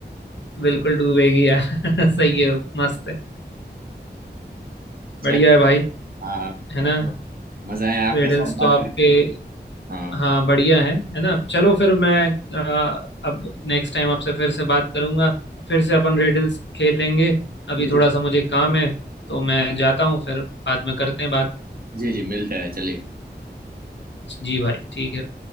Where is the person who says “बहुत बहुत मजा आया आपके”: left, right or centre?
Right